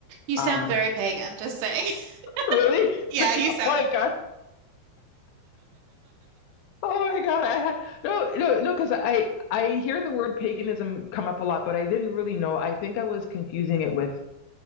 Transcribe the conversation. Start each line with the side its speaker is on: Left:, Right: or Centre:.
Right: You sound
Left: Um,
Right: very pagan, just saying. <laughs>
Left: really?
Right: Yeah,
Left: <laughs>
Right: you sound
Left: Like I Oh my God, I had no, no, no, because I I hear the word paganism come up a lot, but I didn't really know. I think I was confusing it with